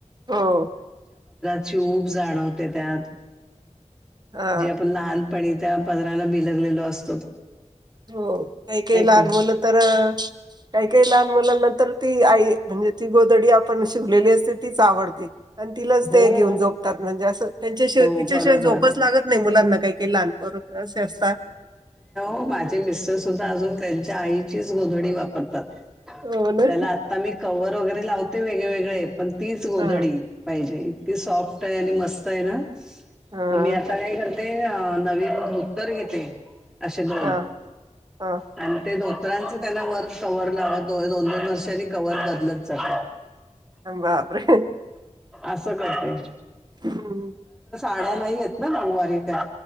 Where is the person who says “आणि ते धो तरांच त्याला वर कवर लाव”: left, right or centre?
Centre